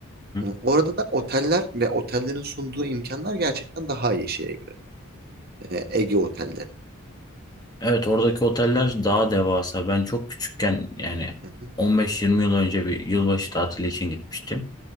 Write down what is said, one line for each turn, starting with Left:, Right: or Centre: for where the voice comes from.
Left: Hı?
Right: Hı, Orada da oteller ve otellerin sunduğu imkanlar gerçekten daha iyi şeye göre. E, Ege otelleri.
Left: Evet, oradaki oteller daha devasa. Ben çok küçükken yani
Right: Hı hı,
Left: 15-20 yıl önce bir yılbaşı tatili için gitmiştim.